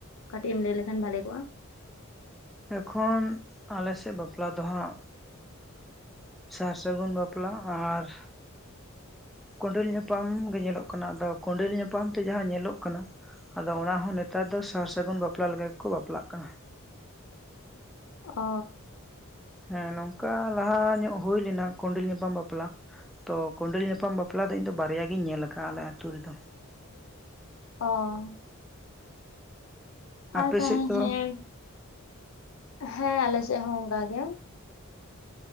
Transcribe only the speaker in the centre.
ᱮᱠᱷᱚᱱ ᱟᱞᱮ ᱥᱮᱜ ᱵᱟᱯᱞᱟ ᱫᱚ ᱦᱟᱸᱜ ᱥᱟᱨ ᱥᱟᱹᱜᱩᱱ ᱵᱟᱯᱞᱟ ᱟᱨ ᱠᱚᱸᱰᱮᱞ ᱧᱟᱯᱟᱢ ᱜᱮ ᱧᱮᱞᱚᱜ ᱠᱟᱱᱟ ᱟᱫᱚ ᱠᱚᱸᱰᱮᱞ ᱧᱟᱯᱟᱢ ᱛᱮ ᱡᱟᱦᱟᱸ ᱧᱮᱞᱚᱜ ᱠᱟᱱᱟ ᱟᱫᱚ ᱚᱱᱟ ᱦᱚᱸ ᱱᱮᱛᱟᱨ ᱫᱚ ᱥᱟᱨ ᱥᱟᱹᱜᱩᱱ ᱵᱟᱯᱞᱟ ᱞᱮᱠᱟ ᱜᱮ ᱠᱚ ᱵᱟᱯᱞᱟᱜ ᱠᱟᱱᱟ᱾
ᱦᱮᱸ ᱱᱚᱝᱠᱟ ᱞᱟᱦᱟ ᱧᱚᱜ ᱦᱩᱭ ᱞᱮᱱᱟ ᱠᱚᱸᱰᱤᱮᱞ ᱧᱟᱯᱟᱢ ᱵᱟᱯᱞᱟ ᱛᱚ ᱠᱚᱸᱰᱮᱞ ᱧᱟᱯᱟᱢ ᱵᱟᱯᱞᱟ ᱫᱚ ᱤᱧ ᱫᱚ ᱵᱟᱨᱭᱟ ᱜᱤᱧ ᱧᱮᱞ ᱟᱠᱟᱜᱼᱟ ᱟᱞᱮ ᱟᱹᱛᱩ ᱨᱮᱫᱚ
ᱟᱯᱮ
ᱥᱮᱫ ᱫᱚ